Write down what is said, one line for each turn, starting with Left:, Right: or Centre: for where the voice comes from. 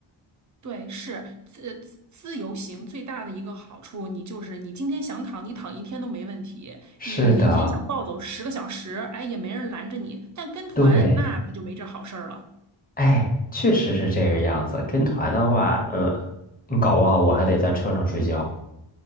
Right: 对，是自自自由行最大的一个好处，你就是你今天想躺，你躺一天都没问题；
Left: 是的，
Right: 你明天想暴走十个小时，哎，也没人拦着你。但跟团那可就没这好事儿了。
Left: 对，哎，确实是这个样子。跟团的话，嗯，搞不好我还得在车上睡觉。